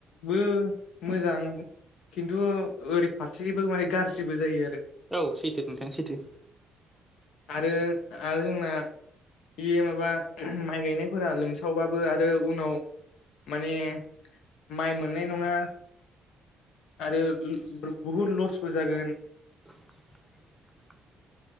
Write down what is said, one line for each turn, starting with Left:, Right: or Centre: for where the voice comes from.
Left: बो मोजां खिन्थु ओरै फारसेबो माने गाज्रिबो जायो आरो।
Centre: औ सैथो नोंथां सैथो।
Left: आरो आरो जोंना। बेयो माबा माइ गायनायफोरा लोमसावबाबो आरो उनाव। माने माइ मोननाय नङा। आरो ओम बुहुद लसबो जागोन।
Centre: <inaudible>